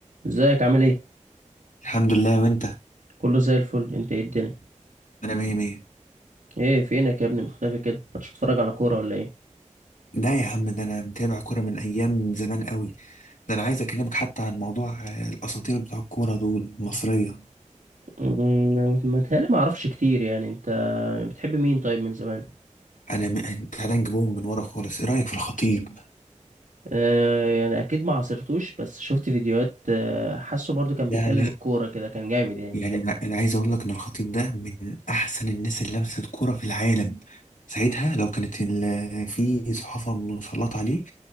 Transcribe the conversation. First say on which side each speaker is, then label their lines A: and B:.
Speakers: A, on the right; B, on the left.
A: ازيك عامل ايه
B: الحمد لله وانت
A: كله زي الفل انت ايه الدنيا
B: انا مية مية
A: ايه فينك يا ابني مختفي كده مش بتتفرج على كوره ولا ايه
B: لا يا عم ده انا متابع كورة من ايام زمان قوي ده انا عايز اكلمك حتى عن موضوع آه، الاساطير بتوع الكورة دول المصرية
A: أمم، متهيألي ما اعرفش كتير يعني انت بتحب مين طيب من زمان
B: انا م... تعالى نجيبهم من ورا خالص ايه رأيك في الخطيب
A: آه يعني اكيد ما عاصرتوش بس شفت فيديوهات آه حاسه برضو كان
B: لا
A: بيتكلم
B: لا
A: الكوره كده كان جامد يعني
B: يعني انا أنا عايز اقول لك ان الخطيب ده من احسن الناس اللي لمست كورة في العالم ساعتها لو كانت ال... في صحافة مسلطة عليه